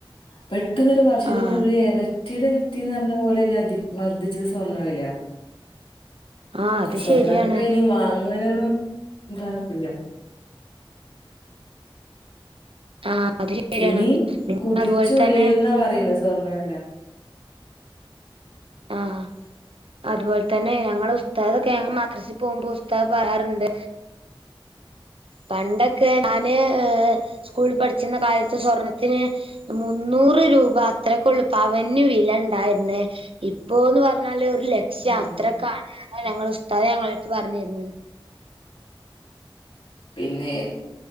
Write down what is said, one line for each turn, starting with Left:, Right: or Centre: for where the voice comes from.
Left: പെട്ടുന്നൊരു വർഷത്തിനുള്ളിൽ
Right: ആഹ്
Left: ഇരച്ചിയുടെ ന്ന് പറഞ്ഞ പോലെയല്ല അധ വർദ്ധിച്ചത് സ്വർണ്ണവില
Right: ആഹ് അത്
Left: സ്വർണക്കൊക്കെ
Right: ശരിയാണ്
Left: ഇനി വാങ്ങുവനൊന്നും ശര
Right: ആഹ് അത് ശരിയാണ്
Left: ഇനി
Right: പിന്നെ
Left: കുതിച്ചു
Right: അതുപോലെ
Left: ഉയര
Right: തന്നെ
Left: എന്നാ പറയുന്ന സ്വർണ്ണവല
Right: ആഹ അതുപോലെ തന്നെ ഞങ്ങൾ പുസ്താൊക്കെ ഞങ്ങള് മദ്രസി പോകുമ്പോൾ പുസ്താദം പറയാറുണ്ട് പണ്ടൊക്കെ ഞാന് സ്കൂളിൽ പഠിച്ചിര കാലത്ത് സ്വർണത്തിന് മുന്നൂറ് രൂപ അത്രക്കളുപ്പ അവന് വില ഉണ്ടായിുന്നേ ഇപ്പോന്ന് പറഞ്ഞാല് ഒരു ലക്ഷ്യം
Left: ഉം.
Right: അത്രക്കാണ് അതാ ഞങ്ങൾ ഉസ്താദ ഞങ്ങള്ക് പറഞ്ഞിരന്ന്
Left: പിന്നെ